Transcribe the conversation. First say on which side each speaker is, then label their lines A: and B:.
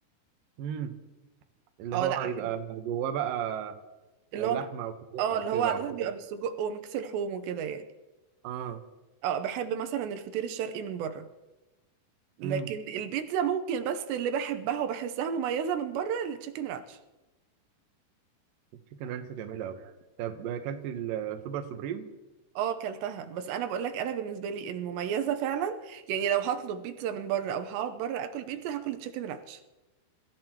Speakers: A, on the right (about 70°); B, on the right (about 80°).
A: امم اللي
B: اه
A: هو
B: لا احب
A: بيبقى جواه بقى
B: اللي
A: لحمه
B: هو
A: او سجق
B: اه
A: او
B: اللي
A: كده
B: هو عاده
A: او كده
B: بيبقى بالسجق وميكس لحوم وكده يعني
A: اه
B: اه بحب مثلا الفطير الشرقي من بره لكن
A: امم
B: البيتزا ممكن بس اللي بحبها وبحسها مميزة من بره التشيكن رانش
A: التشيكن رانش جميله قوي طب اكلت السوبر سوبريم
B: اه كلتها بس انا بقول لك انا بالنسبة لي المميزة فعلا يعني لو هطلب بيتزا من بره او هقعد بره اكل بيتزا هاكل التشيكن رانش